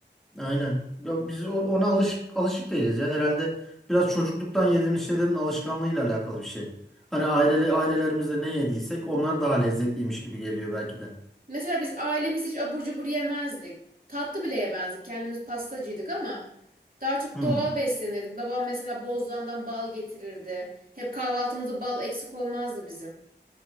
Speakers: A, in the centre; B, on the right (about 50°).
A: Aynen. Ya biz o- ona alışık alışık değiliz ya herhalde biraz çocukluktan yediğimiz şeylerin alışkanlığıyla alakalı bir şey. Hani aileli ailelerimizde ne yediysek onlar daha lezzetliymiş gibi geliyor belki de.
B: Mesela biz ailemiz hiç abur cubur yemezdik. Tatlı bile yemezdik. Kendimiz pastacıydık ama daha çok
A: Hmm.
B: doğal beslenirdik. Babam mesela Bozdoğan'dan bal getirirdi. Hep kahvaltımızda bal eksik olmazdı bizim.